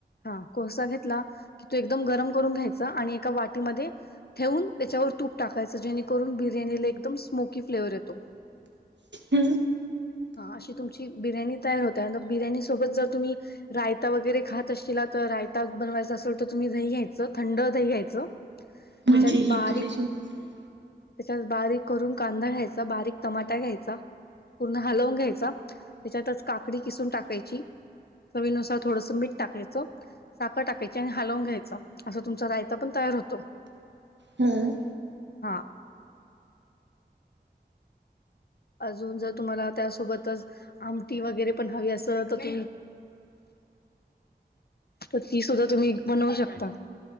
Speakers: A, on the left; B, on the right.
A: हा कोळसा घेतला की तो एकदम गरम करून घ्यायचा आणि एका वाटीमध्ये ठेवून त्याच्यावर तूप टाकायचं जेणेकरून बिर्याणीला एकदम स्मोकी फ्लेवर येतो.
B: हम्म
A: हा अशी तुमची बिर्याणी तयार होते आणि बिर्याणी सोबत जर तुम्ही रायता वगैरे खात असशला तर रायता बनवायचा असेल तर तुम्ही दही घ्यायचं थंड दही घ्यायचं.
B: म्हणजे
A: त्याच्यात
B: ही
A: बारीक
B: तुझ्याशी बोलतीये
A: त्याच्यात बारीक करून कांदा घ्यायचा बारीक टमाटा घ्यायचा पूर्ण हलवून घ्यायचं त्याच्यातच काकडी किसून टाकायची चवीनुसार थोडस मीठ टाकायचं. साखर टाकायची आणि हलवून घ्यायचा असं तुमचा रायता पण तयार होतो.
B: हम्म
A: हा अजून जर तुम्हाला त्यासोबतच आमटी वगैरे पण हवी असं तर त आमटी सुद्धा तुम्ही बनवू शकता.